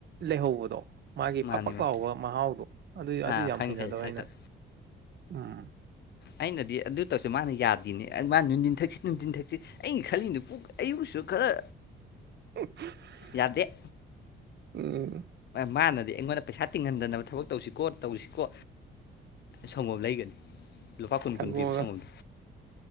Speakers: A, on the right; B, on the left.
A: ꯂꯩꯍꯧꯕꯗꯣ ꯃꯥꯒꯤ
B: ꯃꯥꯅꯤ
A: ꯐꯛꯄꯛ
B: ꯃꯥꯅꯤ
A: ꯂꯥꯎꯕ ꯃꯍꯥꯎꯗꯣ ꯑꯗꯨ ꯑꯗꯨ
B: ꯑꯥ
A: ꯌꯥꯝ
B: ꯈꯪ
A: ꯍꯩꯅꯗꯕ
B: ꯈꯪ ꯊꯛ
A: ꯑꯩꯅ
B: ꯊꯛ
A: ꯎꯝ
B: ꯑꯩꯅꯗꯤ ꯑꯗꯨ ꯇꯧꯁꯤ ꯃꯥꯅ ꯌꯥꯗꯦꯅꯦ ꯃꯥ ꯅꯨꯡꯊꯤꯟ ꯊꯛꯁꯤ ꯅꯨꯡꯊꯤꯟ ꯊꯛꯁꯤ ꯑꯩꯟ ꯈꯜꯂꯤꯅ ꯄꯨꯛ ꯑꯌꯨꯛꯁꯨ ꯈꯔ
A: <unintelligible>
B: ꯌꯥꯗꯦ
A: ꯎꯝ
B: ꯃꯥꯅꯗꯤ ꯑꯩꯉꯣꯟꯗ ꯄꯩꯁꯥ ꯇꯤꯡꯍꯟꯗꯅꯕ ꯊꯕꯛ ꯇꯧꯁꯤꯀꯣ ꯇꯧꯁꯤꯀꯣ ꯁꯪꯒꯣꯝ ꯂꯩꯒꯅꯤ ꯂꯨꯄꯥ ꯀꯨꯟ
A: ꯁꯪꯒꯣꯝꯒ
B: ꯀꯨꯟ ꯄꯤꯕ ꯁꯪꯒꯣꯝꯗꯣ